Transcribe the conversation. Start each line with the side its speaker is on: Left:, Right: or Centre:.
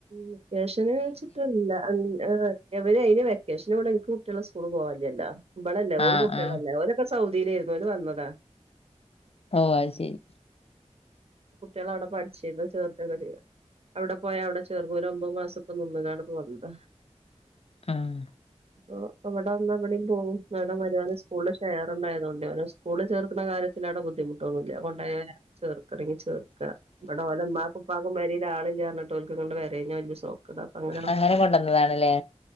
Right: വെക്കേഷൻല് വെച്ചിട്ടല്ല ഉം ഏഹ് എവര് അയ്ന് വെക്കേഷൻല് ഇവ്ടെ ഇൻക്ക് കുട്ട്യാള് സ്കൂള് പോവാല്ല്യല്ലൊ ഇബളല്ലെ
Left: ആഹ്
Right: ഓളും കുട്ട്യാളല്ലേ
Left: ആഹ്
Right: ഓലോ ക്കെ സൗദീലേര്ന്നു ഓല് വന്നതാ
Left: ഓഹ് അത് ശരി
Right: കുട്ട്യാളവ്ടെ പഠ്ച്ചീന്നു ചേർത്തൊക്കെ ചെയ്യ അവ്ടെ പോയാ അവിടെ ചേർന്നു ഓലൊമ്പത് മാസപ്പം നിന്നിങാണ്ട് ഇപ്പ വന്നതാ
Left: ആഹ്
Right: പ്പൊ ഇവ്ടെ വന്ന ഇവടിം പോവും മാഡം മര്യോന് സ്കൂൾല് ഷെയറണ്ടായ്തൊണ്ടെ ഓന്സ് കൂളി ചേർക്കിണ കാര്യത്തിലാടെ ബുദ്ധിമുട്ടൊന്നുല്ല കൊണ്ടൊയാ ചേർ ക്കണെങ്കി ചെർക്ക ഇബടെ ഓലെ ഇമ്മാക്കുപ്പാക്കും പെരീൽ ആളില്ലാർഞ്ഞിട്ട് ഓൽക്കിങ്ങട്ട് വെരേഞ്ഞാ വെല്ല്യെ സൊ ക്കട അപ്പ അങ്ങനണ്
Left: അങ്ങനെ കൊണ്ടുവന്നതാണല്ലേ